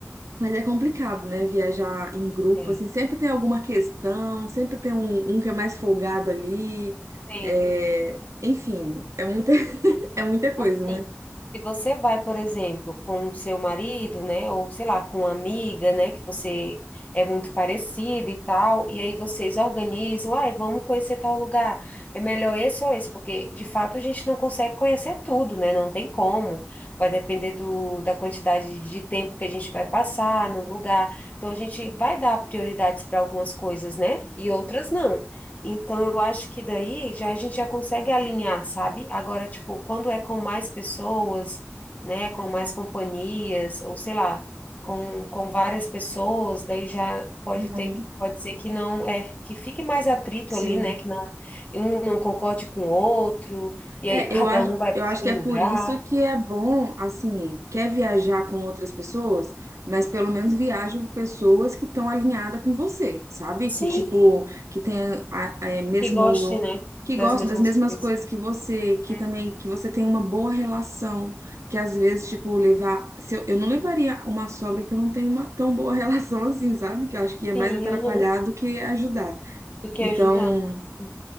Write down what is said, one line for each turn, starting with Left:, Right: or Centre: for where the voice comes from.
Right: mas é complicado, né? Viajar em grupo,
Left: é.
Right: assim, sempre tem alguma questão, sempre tem um, um que é mais folgado ali.
Left: Sempre.
Right: É, enfim, é muita, <laughs>
Left: Não,
Right: é muita coisa,
Left: assim,
Right: né?
Left: se você vai, por exemplo, com o seu marido, né, ou sei lá, com uma amiga, né, que você é muito parecida e tal, e aí vocês organizam, ai, vamos conhecer tal lugar, é melhor esse ou esse, porque de fato a gente não consegue conhecer tudo, né, não tem como, vai depender do, da quantidade de tempo que a gente vai passar no lugar, então a gente vai dar prioridades para algumas coisas, né, e outras não. Então, eu acho que daí já a gente já consegue alinhar, sabe? Agora, tipo, quando é com mais pessoas, né, com mais companhias, ou sei lá, com, com várias pessoas, daí já pode
Right: Uhum.
Left: ter, que- pode ser que não, é, que fique mais atrito
Right: Sim.
Left: ali, né, que não, um não concorde com o outro, e
Right: É,
Left: aí <laughs> cada
Right: eu acho,
Left: um vai
Right: eu
Left: para
Right: acho
Left: o seu
Right: que é
Left: lugar.
Right: por isso que é bom, assim, quer viajar com outras pessoas, mas pelo menos viaja com pessoas que estão alinhadas com você, sabe?
Left: Sim,
Right: Que, tipo, que tenha a- é, mesmo,
Left: que goste, né,
Right: que
Left: das
Right: gostam
Left: mesmas
Right: das mesmas
Left: coisas.
Right: coisas que você,
Left: Uhum.
Right: que também, que você tem uma boa relação, que às vezes, tipo, levar, se eu, eu não levaria uma sogra que eu não tenho uma tão boa <laughs> relação assim, sabe? Que eu acho que ia mais
Left: Sim,
Right: atrapalhar
Left: aham,
Right: do que ajudar.
Left: Do que
Right: Então,
Left: ajudar. Sim.